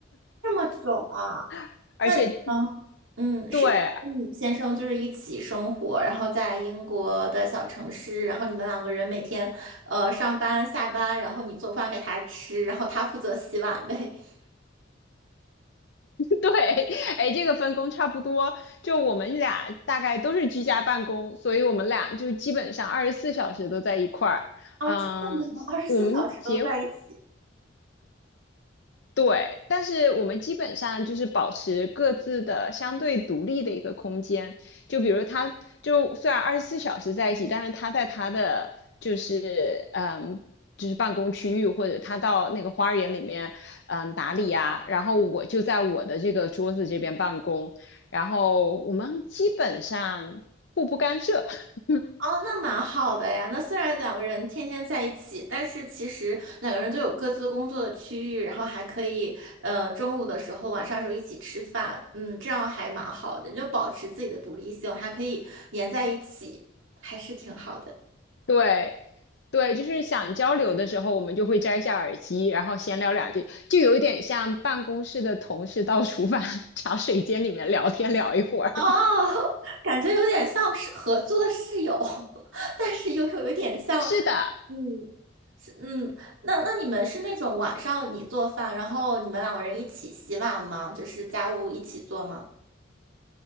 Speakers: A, on the right; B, on the left.
A: 这么久啊？
B: <laughs> 而且
A: 那嗯。嗯，是你跟你先生就是一起生活，
B: 对 <laughs>
A: 然后在英国的小城市，然后你们两个人每天呃上班下班，然后你做饭给他吃，然后他负责洗碗呗。<laughs>
B: 对，哎，这个分工差不多，就我们俩大概都是居家办公，所以我们俩就基本上二十四小时都在一块儿。
A: 哦，
B: 嗯，
A: 真的吗？二十四小时都在一起？
B: 我们结对，但是我们基本上就是保持各自的相对独立的一个空间。就比如他，就虽然二十四小时在一起，但是他在他的就是嗯，就是办公区域或者他到那个花园里面嗯打理啊，然后我就在我的这个桌子这边办公，然后我们基本上互不干涉。<laughs>
A: 哦，那蛮好的呀。那虽然两个人天天在一起，但是其实两个人都有各自工作的区域，然后还可以呃中午的时候、晚上的时候一起吃饭，嗯，这样还蛮好的，就保持自己的独立性，还可以粘在一起，还是挺好的。
B: 对，对，就是想交流的时候，我们就会摘下耳机，然后闲聊两句，就有一点像办公室的同事到厨房 <laughs> 茶水间里面聊天聊一会儿。
A: 哦，<laughs> 感觉有点像是合租的室友，<laughs> 但是又又有点像，
B: <laughs> 是的，
A: 嗯是嗯，那那你们是那种晚上你做饭，然后你们两个人一起洗碗吗？就是家务一起做吗？